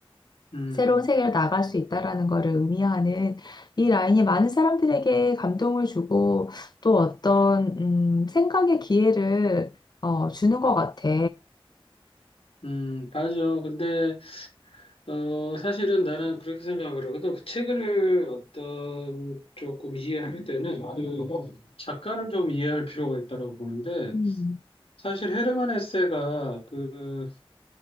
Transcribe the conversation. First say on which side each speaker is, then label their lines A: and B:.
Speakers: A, on the left; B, on the left.
A: 음,
B: 새로운 세계로 나갈 수 있다라는 것을 의미하는 이 라인이 많은 사람들에게 감동을 주고 또 어떤 음, 생각의 기회를 어, 주는 것 같아.
A: 음, 맞아. 근데, 어, 사실은 나는 그렇게 생각을 하거든. 그 책을 어떤 조금 이해할 때는 그 작가를 좀 이해할 필요가 있다라고 보는데,
B: 음.
A: 사실 헤르만 헤세가 그